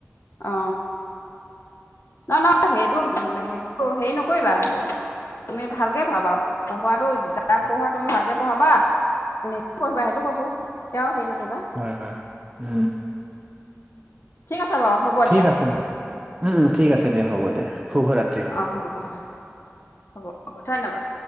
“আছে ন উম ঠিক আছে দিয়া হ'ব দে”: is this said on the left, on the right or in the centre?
Right